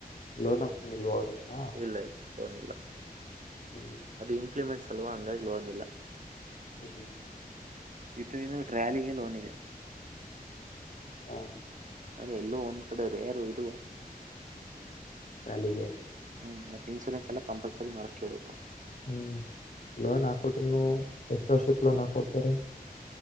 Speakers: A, on the left; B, on the right.
A: ಲೋನ್ ಆಪ್ಷನ್ ಇಲ್ವಾ ಅವ್ರ ಹತ್ರ
B: ಇಲ್ಲ ಇ ಫೋನ್ ಇಲ್ಲ
A: ಹ್ಮ್
B: ಅದು ಇಂಪ್ಲಿಮೆಂಟ್ ಸಲ್ವಾ ಹಂಗಾಗಿ್ಲೋಂದಿಲ್ಲ
A: ಹ್ಮ್ ಹ್ಮ
B: ಇದು ಇನ್ನು ಟ್ರ್ಯಾಲಿಗೆ ಲೋನ್ ಇದೆ
A: ಹ
B: ಅ್ರ ಎಲ್ಲೋ ಒಂದ್ ಕಡೆ ರ ಯಾರು ಇದುವ
A: ಟ್ರಾಲಿಗೆ
B: ಹ್ಮಞ ಮತ್ತೆ ಇನ್ಸೂರೆನ್ಸ್ ಎಲ್ಲ ಕಂಪಲ್ಸರಿ ಮಾಡಿಸ್ಲೇದು
A: ಹ್ಮ್ ಲೋನ್ ಹಾಕೊಟ್ರ ಎಷ್ಟು ವರ್ಷಕ್ ಲೋನ್ ಹಾಕೊಡ್ತಾರೆ